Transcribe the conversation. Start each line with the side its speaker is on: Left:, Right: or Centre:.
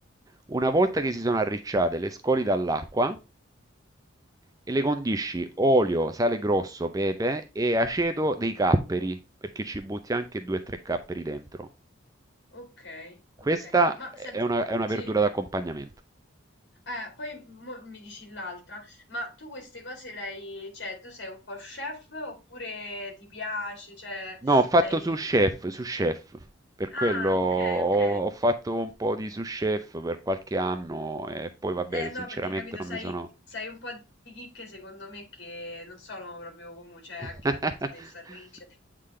Right: Una volta che si sono arricciate, le scoli dall'acqua e le condisci olio, sale grosso, pepe e aceto dei capperi, perché ci butti anche 2-3 capperi dentro.
Left: Ok,
Right: Questa
Left: ok. Ma
Right: è
Left: senti,
Right: una, è una
Left: sì,
Right: verdura d'accompagnamento.
Left: eh, poi mo mi dici l'altra, ma tu queste cose le hai, cioè, tu sei un po' chef oppure ti piace, cioè,
Right: No, ho fatto
Left: lei...
Right: su chef, su chef, per
Left: Ah,
Right: quello ho,
Left: ok, ok.
Right: ho fatto un po' di su chef per qualche anno e poi va bene,
Left: Eh no,
Right: sinceramente
Left: perché capito,
Right: non
Left: sai,
Right: mi sono,
Left: sai un po' di chicche secondo me che non sono proprio comuni, cioè anche
Right: <laughs>
Left: il fatto dei sarricce.